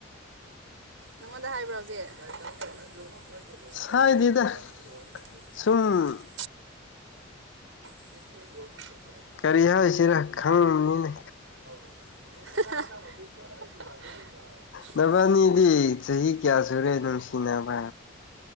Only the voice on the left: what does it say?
ꯁꯥꯏꯗꯦꯗ ꯁꯨꯝ
ꯀꯔꯤ ꯍꯥꯏꯁꯤꯔ ꯈꯪꯅꯤꯡꯅꯤꯅꯦ
ꯅꯕꯥꯅꯤꯗꯤ ꯆꯍꯤ ꯀꯌꯥ ꯁꯨꯔꯦ ꯅꯨꯡꯁꯤꯅꯕ